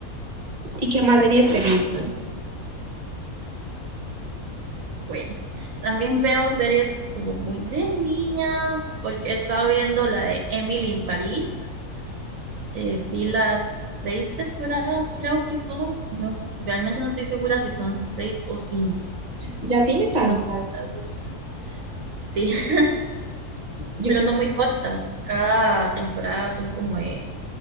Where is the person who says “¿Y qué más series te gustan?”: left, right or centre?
Right